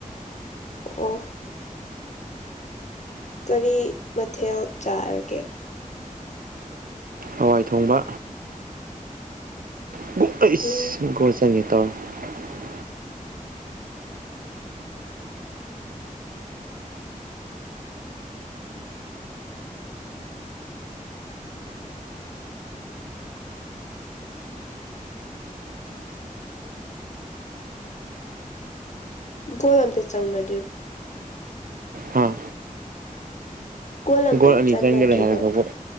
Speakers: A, on the left (about 55°); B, on the right (about 80°).
A: ꯑꯣ꯫ ꯀꯔꯤ ꯃꯊꯦꯜ ꯆꯥꯔꯒꯦ?
B: ꯍꯋꯥꯏ ꯊꯣꯡꯕ꯫ <unintelligible>
A: ꯎꯝ
B: <unintelligible>
A: ꯀꯣꯜ ꯑꯝꯇ ꯆꯪꯅꯗꯦ
B: ꯍꯥ
A: ꯑꯝꯇ
B: ꯒꯣꯜ ꯑꯅꯤ
A: ꯆꯟꯅꯗ꯭ꯔꯤꯕꯕ
B: ꯆꯪꯈꯔꯦ ꯍꯥꯏꯔꯒꯕꯨ꯫